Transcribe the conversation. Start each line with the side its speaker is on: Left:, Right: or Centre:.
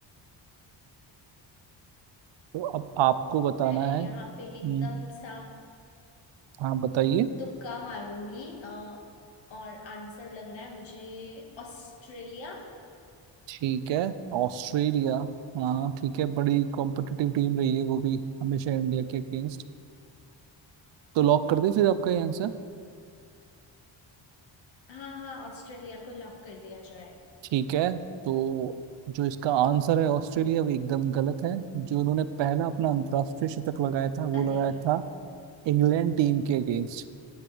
Right: तो अब आपको बताना
Left: मैं
Right: है
Left: यहाँ पे
Right: हम्म,
Left: एकदम सा
Right: हाँ बताइए
Left: तुक्का मारूंगी अ, और आंसर लग रहा है मुझे ऑस्ट्रेलिया
Right: ठीक है ऑस्ट्रेलिया हाँ ठीक है बड़ी कॉम्पिटिटिव टीम रही है वो भी हमेशा इंडिया के अगेंस्ट तो लॉक कर दे फिर आपका ये आंसर
Left: हाँ हाँ ऑस्ट्रेलिया को लॉक कर दिया जाए
Right: ठीक है तो जो इसका आंसर है ऑस्ट्रेलिया वो एकदम गलत है जो उन्होंने पहला अपना अंतर्राष्ट्रीय शतक लगाया था वो
Left: अरे
Right: लगाया था इंग्लैंड टीम के अगेंस्ट